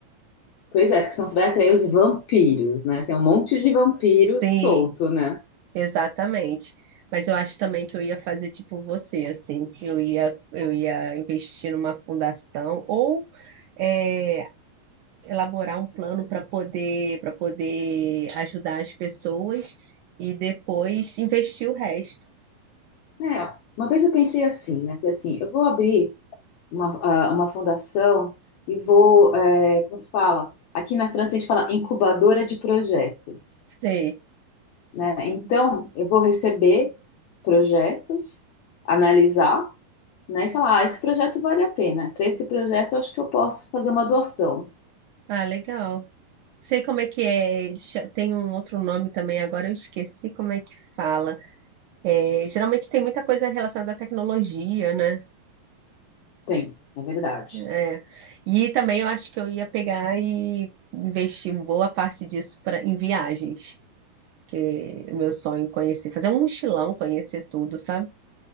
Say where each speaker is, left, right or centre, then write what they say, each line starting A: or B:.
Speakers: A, on the left; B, on the right.
A: Pois é, porque senão você vai atrair os vampiros, né? Tem um monte de vampiro
B: Sim.
A: solto, né?
B: Exatamente. Mas eu acho também que eu ia fazer tipo você, assim, que eu ia, eu ia investir numa fundação ou é, elaborar um plano para poder, para poder ajudar as pessoas e depois investir o resto.
A: É, uma vez eu pensei assim, né? Falei assim, eu vou abrir uma, ah, uma fundação e vou, é, como se fala? Aqui na França a gente fala incubadora de projetos,
B: Sei.
A: né? Então, eu vou receber projetos, analisar, né? E falar, ah, esse projeto vale a pena. Para esse projeto, eu acho que eu posso fazer uma doação.
B: Ah, legal. Sei como é que é. eles cha- Tem um outro nome também, agora eu esqueci como é que fala. É, geralmente tem muita coisa relacionada à tecnologia, né?
A: Tem, é verdade.
B: É. E também eu acho que eu ia pegar e investir boa parte disso pra, em viagens, que é o meu sonho conhecer, fazer um mochilão, conhecer tudo, sabe?